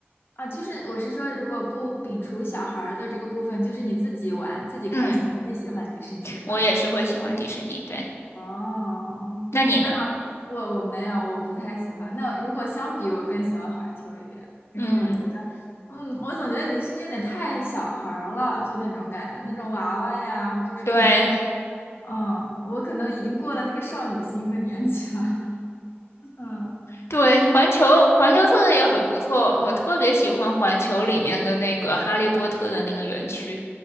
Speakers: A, on the left; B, on the left.
A: 啊，就是我是说，如果不摒除小孩儿的这个部分，就是你自己玩自己开心，
B: 嗯，
A: 你也喜欢迪士尼是吗？
B: 我也是会喜欢迪士尼，对。
A: 哦，
B: 那你呢？
A: 那我我没有，我不太喜欢。那如果相比，我更喜欢环球一点，因为我觉得，
B: 嗯，
A: 嗯，我总觉得迪士尼有点太小孩儿了，就那种感觉，那种娃娃呀，就是不是很。
B: 对。
A: 嗯，我可能已经过了那个少女心的年纪了。<laughs> 嗯，
B: 对，环球环球做的也很不错，我特别喜欢环球里面的那个哈利波特的那个园区，